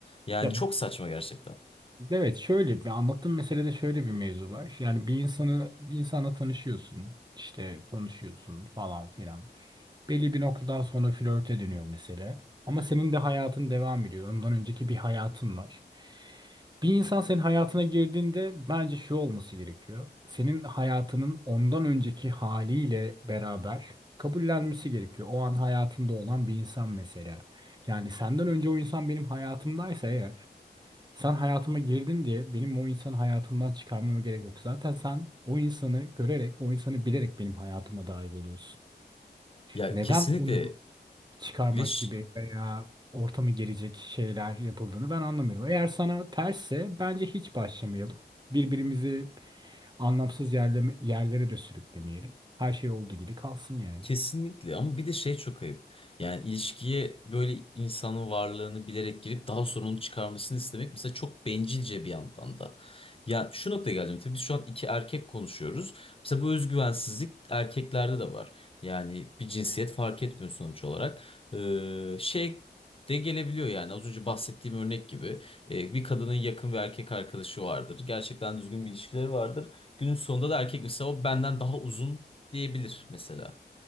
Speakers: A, on the left; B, on the right.
A: Yani
B: Ya
A: çok saçma gerçekten.
B: Evet şöyle bir anlattığım meselede şöyle bir mevzu var. Yani bir insanı bir insanla tanışıyorsun, işte konuşuyorsun falan filan. Belli bir noktadan sonra flörte dönüyor mesele. Ama senin de hayatın devam ediyor. Ondan önceki bir hayatın var. Bir insan senin hayatına girdiğinde bence şu olması gerekiyor. Senin hayatının ondan önceki haliyle beraber kabullenmesi gerekiyor. O an hayatında olan bir insan mesela. Yani senden önce o insan benim hayatımdaysa eğer sen hayatıma girdin diye benim o insanı hayatımdan çıkarmama gerek yok. Zaten sen o insanı görerek, o insanı bilerek benim hayatıma dahil oluyorsun.
A: Ya
B: Neden
A: kesinlikle
B: onu çıkarmak
A: ve ş-
B: gibi veya ortamı gelecek şeyler yapıldığını ben anlamıyorum. Eğer sana tersse bence hiç başlamayalım. Birbirimizi anlamsız yerleme, yerlere de sürüklemeyelim. Her şey olduğu gibi kalsın yani.
A: Kesinlikle ama bir de şey çok ayıp. Yani ilişkiye böyle insanın varlığını bilerek girip daha sonra onu çıkarmasını istemek mesela çok bencilce bir yandan da. Ya şu noktaya geleceğim. Tabii biz şu an iki erkek konuşuyoruz. Mesela bu özgüvensizlik erkeklerde de var. Yani bir cinsiyet fark etmiyor sonuç olarak. Ee, şey de gelebiliyor yani az önce bahsettiğim örnek gibi. Ee, bir kadının yakın bir erkek arkadaşı vardır. Gerçekten düzgün bir ilişkileri vardır. Günün sonunda da erkek mesela o benden daha uzun diyebilir mesela.